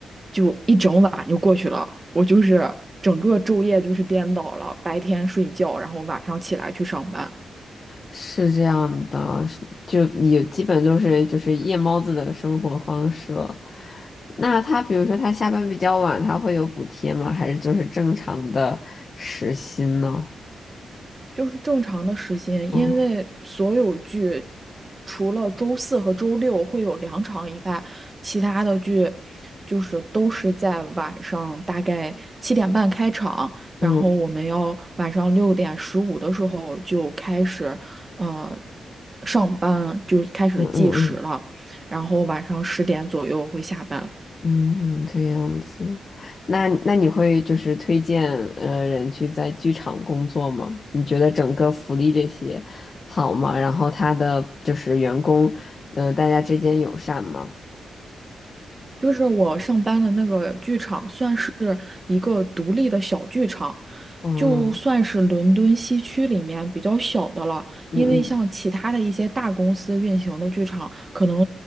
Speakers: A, on the right (about 30°); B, on the left (about 45°).
A: 就一整晚就过去了。我就是整个昼夜就是颠倒了，白天睡觉，然后晚上起来去上班。
B: 是这样的，是就也基本就是就是夜猫子的生活方式了。那他比如说他下班比较晚，他会有补贴吗？还是就是正常的时薪呢？
A: 就是正常的时间，
B: 嗯
A: 因为所有剧除了周四和周六会有两场以外，其他的剧就是都是在晚上大概七点半开场，然后我们要晚上六点十五的时候就开始，
B: 嗯
A: 呃，上班就开始计时了，
B: 嗯嗯嗯。
A: 然后晚上十点左右会下班。
B: 嗯，这样子，那那你会就是推荐呃人去在剧场工作吗？你觉得整个福利这些好吗？然后他的就是员工，嗯，大家之间友善吗？
A: 就是我上班的那个剧场，算是一个独立的小剧场，
B: 哦，
A: 就算是伦敦西区里面比较小的了。
B: 嗯嗯
A: 因为像其他的一些大公司运行的剧场，可能